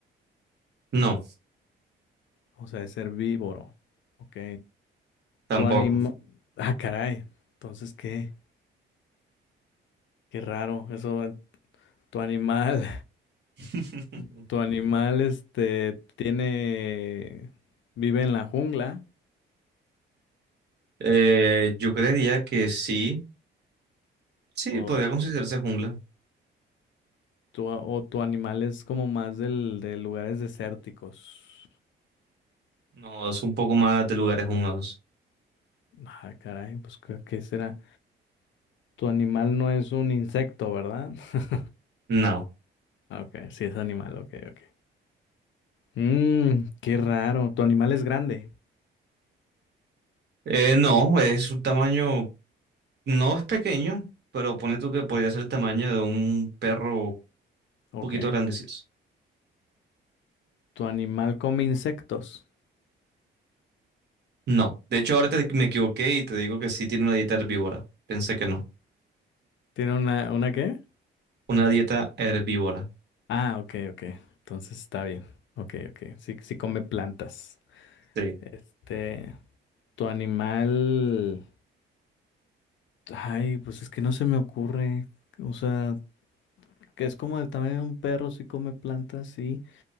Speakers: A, on the right; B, on the left.
A: No,
B: o sea, es herbívoro. Ok.
A: tampoco.
B: Tu animal... Ah, caray. Entonces, ¿qué? Qué raro. Eso, eh, tu animal,
A: <laughs>
B: <laughs> tu animal, este, tiene... vive en la jungla,
A: Eh, yo creería que sí. Sí,
B: o
A: podría considerarse jungla.
B: tu, o tu animal es como más del, de lugares desérticos.
A: No, es un poco más de lugares húmedos.
B: Ah, caray, pues ¿qué qué será? Tu animal no es un insecto, ¿verdad? <laughs>
A: No.
B: Ah, Ok, sí es animal, ok, ok. Mmm, qué raro. Tu animal es grande.
A: Eh, no, es un tamaño, no es pequeño, pero pone tú que podría ser el tamaño de un perro un
B: Ok.
A: poquito grandecito.
B: Tu animal come insectos.
A: No. De hecho, ahora te- me equivoqué y te digo que sí tiene una dieta herbívora. Pensé que no.
B: ¿Tiene una, una qué?
A: Una dieta herbívora.
B: Ah, ok, ok. Entonces está bien. Ok, ok. Sí, sí come plantas.
A: Sí.
B: Este, tu animal. Ay, pues es que no se me ocurre. O sea, que es como el tamaño de un perro, sí come plantas, sí.